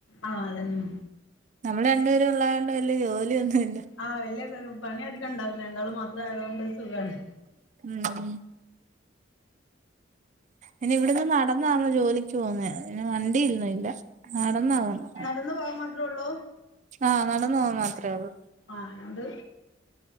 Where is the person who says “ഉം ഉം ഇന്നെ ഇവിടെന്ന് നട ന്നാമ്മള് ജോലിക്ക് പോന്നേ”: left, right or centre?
Right